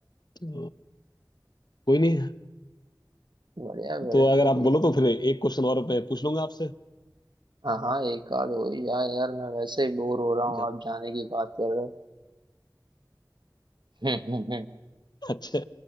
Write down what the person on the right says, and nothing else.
बढ़िया बढ़िया
अभी
हाँ हाँ एक आध हो ही जाए यार मैं वैसे ही बोर हो रहा हूँ
आप जाने की बात कर रहे हो